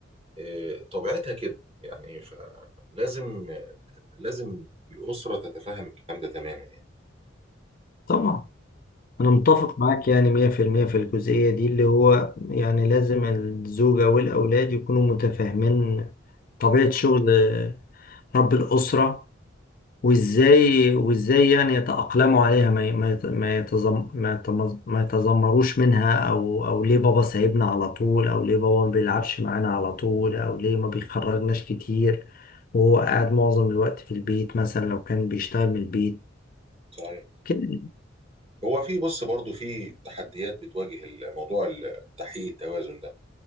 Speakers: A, on the right; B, on the left.
A: آه، طبيعتها كده يعني فلازم لازم الاسره تتفهم الكلام ده تماما يعني
B: طبعا انا متفق معاك يعني 100% في المية في الجزئية دي اللي هو يعني لازم الزوجة والاولاد يكونوا متفاهمين طبيعة شغل آه، رب الأسرة وازاي وازاي يعني يتأقلموا عليها ما ي- ما يت- ما يتزم ما يتمز- ما يتذمروش منها او او ليه بابا سايبنا على طول او ليه بابا ما بيلعبش معانا على طول او ليه ما بيخرجناش كتير وهو قاعد معظم الوقت في البيت مثلا لو كان بيشتغل من البيت
A: صحيح
B: كده
A: هو في بص برضه في تحديات بتواجه الموضوع ال- تحقيق التوازن ده